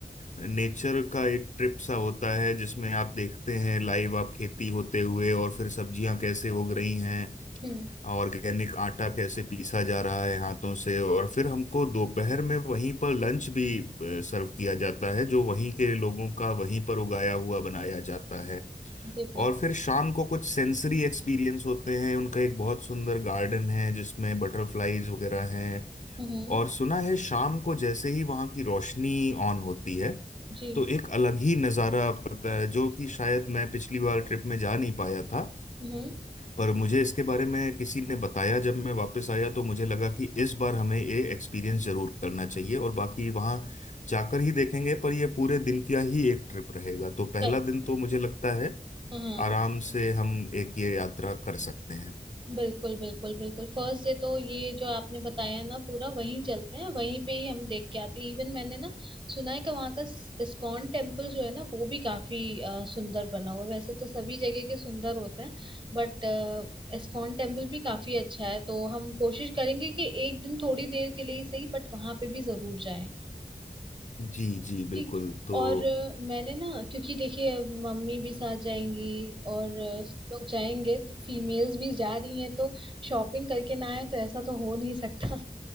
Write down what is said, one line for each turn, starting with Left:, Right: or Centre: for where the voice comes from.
Left: नेचर का एक ट्रिप सा होता है जिसमें आप देखते हैं लाइव आप खेती होते हुए और फिर सब्जियां कैसे उग रही हैं
Right: हम्म
Left: ऑर्गेनिक आटा कैसे पीसा जा रहा है हाथों से और फिर हमको दोपहर में वहीं पर लंच भी सर्व किया जाता है जो वहीं के लोगों का वहीं पर उगाया हुआ बनाया जाता है
Right: देखा
Left: और फिर शाम को कुछ सेंसरी एक्सपीरियंस होते हैं उनका एक बहुत सुंदर गार्डन है जिसमें बटरफ्लाईज वगैरह हैं
Right: हम्म
Left: और सुना है शाम को जैसे ही वहां की रोशनी ऑन होती है
Right: जी
Left: तो एक अलग ही नज़ारा पता है जो कि शायद मैं पिछली बार ट्रिप में जा नहीं पाया था
Right: हम्म
Left: पर मुझे इसके बारे में किसी ने बताया जब मैं वापस आया तो मुझे लगा कि इस बार हमें ये एक्सपीरियंस जरूर करना चाहिए और बाकी वहाँ जाकर ही देखेंगे पर ये पूरे दिन का ही एक ट्रिप रहेगा तो पहला
Right: चल
Left: दिन तो मुझे लगता है
Right: हाँ
Left: आराम से हम एक ये यात्रा कर सकते हैं
Right: बिल्कुल बिल्कुल बिल्कुल फर्स्ट डे तो ये जो आपने बताया ना पूरा वहीं चलते हैं वहीं पे ही हम देख के आते हैं इवन मैंने ना सुना है कि वहाँ का इस्कॉन टेम्पल जो है ना वो भी काफी अ, सुंदर बना हुआ है वैसे तो सभी जगह के सुंदर होते हैं बट इस्कॉन टेम्पल भी काफी अच्छा है तो हम कोशिश करेंगे कि एक दिन थोड़ी देर के लिए ही सही बट वहां पे भी जरूर जाएं
Left: जी जी बिल्कुल
Right: जी,
Left: तो
Right: और अ, मैंने ना क्योंकि देखिए अब मम्मी भी साथ जाएंगी और अ, सब लोग जाएंगे तो फीमेल्स भी जा रही हैं तो शॉपिंग करके ना आए तो ऐसा तो हो नहीं सकता